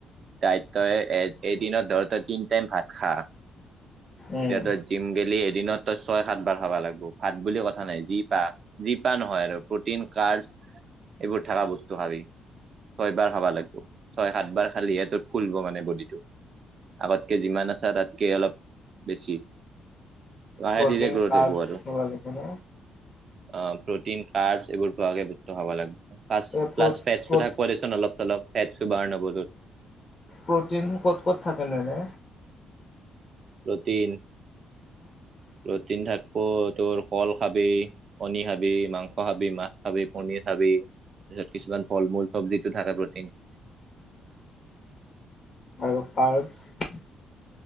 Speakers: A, on the right (about 50°); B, on the left (about 40°).
A: তাই তই এ এদিনত ধৰ তই তিন টাইম ভাত খা
B: উম।
A: তেতিয়াতো জিম গেলি এদিনত ছয় সাত বাৰ খাব লাগিব ভাত বুলি কথা নাই যি পা যি পা নহয় আৰু প্ৰটিন কাৰ এইবোৰ থাককা বস্তু ভাবি ছয় বাৰ খাবা লাগিব ছয় সাত বাৰ খালিহে তোৰ ফুলব মানে বডিটো আগতকে যিমান আছা তাতকে অলপ বেছি লাহে
B: প্ৰটিন
A: ধিৰে গ্ৰথ
B: কাৰ্বছ
A: হ'ব আৰু
B: খাব লাগিব ন?
A: অ প্ৰটিন এইবোৰ খোৱাকে বস্তু খাব লাগে
B: এই
A: প্লছ
B: প্ৰ
A: ফেট
B: প্ৰ
A: থাক পোৱা দেচোন অলপ চলপ সতছো বাৰ নবলল <unintelligible>
B: প্ৰটিন ক'ত ক'ত থাকে এনে।
A: প্ৰটিন
B: <inaudible>
A: প্ৰটিন থাকিব তোৰ কল খাবি কণী খাবি মাংস খাবি মাছ খাবি পনিৰ খাবি। তাৰপছত কিছুমান ফল মূল চব্জিতটো থাকে প্ৰটিন।
B: আৰু পাৰ্বছ